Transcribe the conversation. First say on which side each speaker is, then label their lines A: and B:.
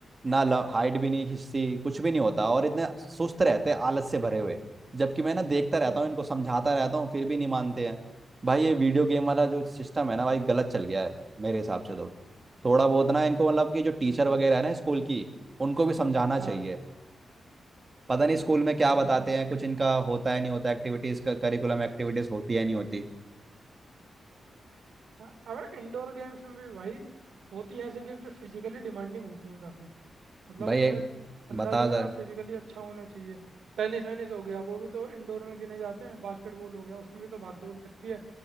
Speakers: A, on the right; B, on the right.
A: ना हाइट भी नहीं खिंचती कुछ भी नहीं होता और इतने सुस्त रहते हैं आलस से भरे हुए जबकि मैं ना देखता रहता
B: हम्म
A: हूँ इनको समझाता रहता हूँ फिर भी नहीं मानते हैं भाई ये वीडियो गेम वाला जो सिस्टम है ना भाई गलत चल गया है मेरे हिसाब से तो थोड़ा बहुत ना इनको मतलब कि जो टीचर वगैरह है ना स्कूल की उनको भी समझाना
B: हाँ
A: चाहिए पता नहीं स्कूल में क्या
B: हम्म
A: बताते
B: हम्म हम्म,
A: हैं कुछ इनका होता है नहीं होता एक्टिविटीज का करिकुलम एक्टिविटीज होती है नहीं होती
B: हाँ अब इंडोर गेम्स में भी भाई होती हैं ऐसी गेम जो फिजिकली डिमांडिंग होती हैं काफ़ी मतलब
A: भाई
B: उनमें
A: ये
B: बंदा
A: बता
B: जो है ना
A: जा
B: फिजिकली अच्छा होना चाहिए टेनिस वेनिस हो गया वो भी तो इंडोर में गिने जाते हैं बास्केटबॉल हो गया उसमें भी तो भाग दौड़ लगती है